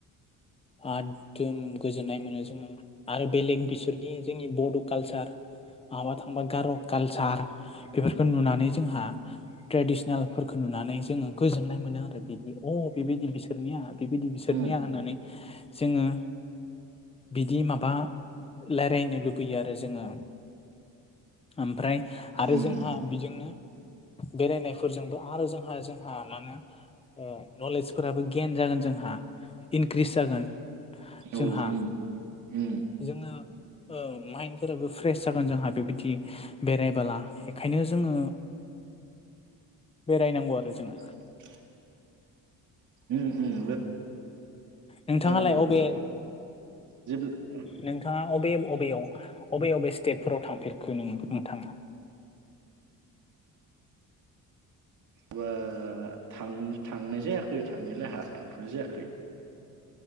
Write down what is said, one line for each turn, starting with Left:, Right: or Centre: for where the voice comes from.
Left: आ दम गोजोननाय मोनो जोङो आरो बेलेग बिसोरनि जोंनि बड' कालचार माबा थांबा गार' कालसार बेफोरखौ नुनानै जोंहा ट्रेडिसनेलफोरखौ नुनानै जोङो गोजोननाय मोनो आरो बिदि अ बेबायदि बिसोरनिया बेबायदि बिसोरनिया
Right: उम
Left: होननानै जोङो बिदि माबा रायज्लायनो लुबैयो आरो जोङो। ओमफ्राय आरो
Right: उम
Left: जोंहा बेजोंनो बेरायनायफोरजोंबो आरो जोंहा जोंहा मा होनो नलेजफोराबो गियान जागोन जोंहा। ग्रिस जागोन जोंहा
Right: औ उम उम
Left: जोङो माइन्डफोराबो फ्रेस जागोन जोंहा बेबायदि बेरायबोला बेखायनो जोङो बेरायनांगौ आरो जोङो
Right: <inaudible> उम उम
Left: नोंथाङालाय
Right: जानांगौ
Left: अबे
Right: जेब्ला
Left: नोंथांङा अबे-अबेयाव बबे बबे स्टेटफोराव थांफेरखो नों नोंथांङा?
Right: बा थां थांनाय जायाखै थांनायालाय थांथ'नाय जायाखै।